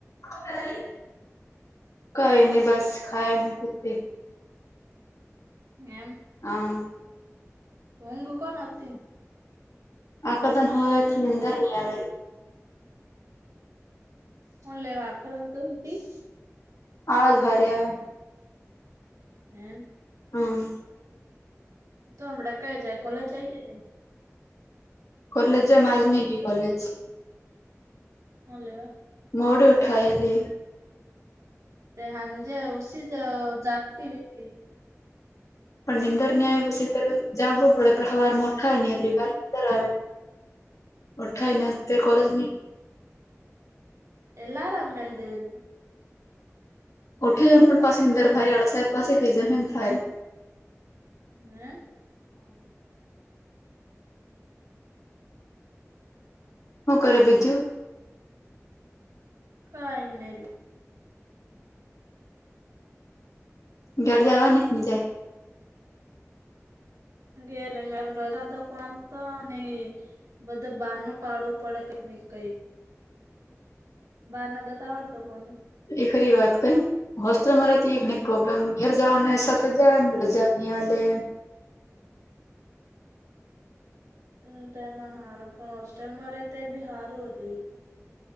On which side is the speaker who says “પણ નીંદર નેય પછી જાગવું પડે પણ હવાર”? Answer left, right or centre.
Left